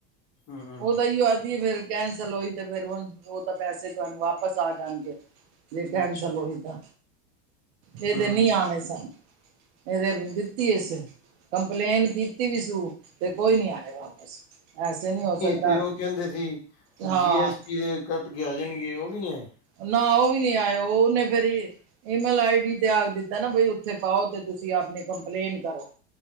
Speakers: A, on the left (about 50°); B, on the right (about 70°).
A: ਹਮ
B: ਉਹ ਤਾਂ ਇ ਆਖਦੀ ਫਿਰ ਕੈਂਸਲ ਹੋਈ, ਤੇ ਫਿਰ ਉਹ ਤਾਂ ਪੈਸੇ ਤੁਹਾਨੂੰ ਵਾਪਸ ਆ ਜਾਣਗੇ। ਜੇ ਕੈਂਸਲ
A: ਅੱਛਾ
B: ਹੋਈ, ਤਾਂ ਇਹਦੇ
A: ਹਮ
B: ਨੀ ਆਣੇ ਸਨ। ਇਹਦੇ ਦਿੱਤੀ ਇਸ ਕੰਪਲੇਨ ਕੀਤੀ, ਵੀ ਸੀ ਤੇ ਕੋਈ ਨੀ ਆਏ, ਵਾਪਿਸ। ਐਸੇ ਨਹੀਂ ਹੋ, ਸਕਦਾ
A: ਤੇ ਉਹ ਕਹਿੰਦੇ ਸੀ,
B: ਹਾਂ
A: ਜੀ ਐਸ ਟੀ ਦੇ ਕੱਟ ਕੇ ਆ ਜਾਣਗੇ, ਉਹ ਵੀ ਨੀ ਆਏ?
B: ਨਾ ਉਹ ਵੀ ਨੀ ਆਏ, ਉਹਨੇ ਫੇਰ ਈਮੇਲ ਆਈ ਡੀ ਤੇ ਆਖ ਦਿੱਤਾ, ਨਾ ਵੀ ਉੱਥੇ ਪਾਓ, ਤੇ ਤੁਸੀਂ ਆਪਣੀ ਕੰਪਲੇਨ ਕਰੋ।